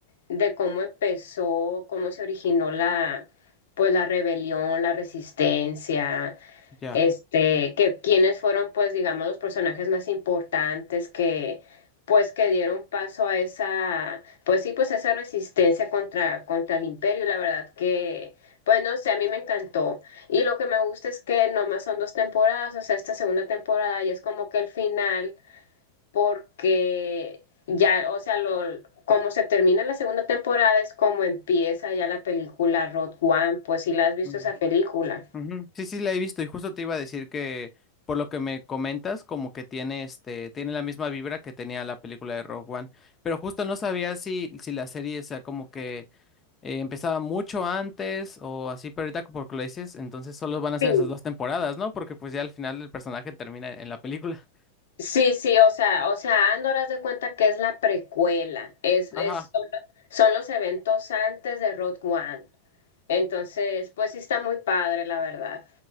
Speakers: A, on the left; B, on the left.
A: de cómo empezó, cómo se originó la, pues la rebelión, la resistencia,
B: Ya.
A: este, que quiénes fueron, pues, digamos, los personajes más importantes que, pues, que dieron paso a esa, pues sí, pues esa resistencia contra, contra el imperio, y la verdad que, pues no sé, a mí me encantó. Y lo que me gusta es que nomás son dos temporadas, o sea, esta segunda temporada ya es como que el final porque ya, o sea, lo, como se termina la segunda temporada es como empieza ya la película Road One, pues si la has visto
B: Mm.
A: esa película.
B: Ujú. Sí, sí, la he visto y justo te iba a decir que por lo que me comentas, como que tiene este, tiene la misma vibra que tenía la película de Rogue One, pero justo no sabía si, si la serie, o sea, como que eh, empezaba mucho antes o así, pero ahorita porque lo dices, entonces solo van a
A: Sí.
B: ser esas dos temporadas, ¿no? Porque pues ya al final el personaje termina en la película.
A: Sí, sí, o sea, o sea, Andor haz de cuenta que es la precuela, es,
B: Ajá.
A: es, son los son los eventos antes de Road One. Entonces, pues sí está muy padre, la verdad.